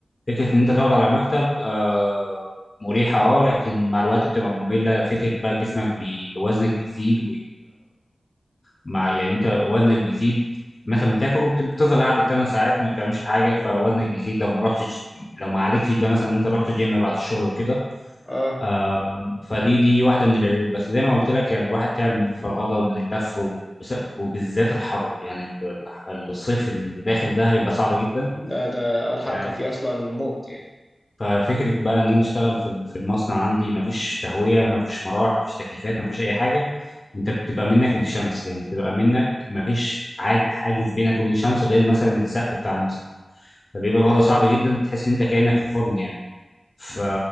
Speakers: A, on the left; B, in the centre.
A: فكرة ان انت تقعد على مكتب آه مريحة اه لكن مع الوقت بتبقى مملة فكرة بقى جسمك بي... وزنك بيزيد مع يعني انت وزنك بيزيد مثلا بتاكل وبتفضل قاعد 8 ساعات ما بتعملش حاجه فوزنك بيزيد لو ما رحتش لو ما عالجتش ده مثلا انت رحت جيم بعد الشغل وكده
B: اه
A: آم، فدي دي واحده من العيوب بس زي ما قلت لك يعني الواحد تعب من الفرهده ومن اللف وبس- وبالذات الحر يعني ال- الصيف اللي داخل ده هيبقى صعب جدا
B: ده ده آه، الحركة
A: يعني
B: فيه أصلا موت يعني
A: ففكره بقى ان انا اشتغل في في المصنع عندي مفيش تهويه مفيش مراوح مفيش تكييفات مفيش اي حاجه انت بتبقى منك للشمس يعني بتبقى منك مفيش عاج- حاجز بينك وبين الشمس غير مثلا السقف بتاع المصنع فبيبقى
B: يا
A: الوضع صعب جدا بتحس ان انت كانك في فرن يعني ف...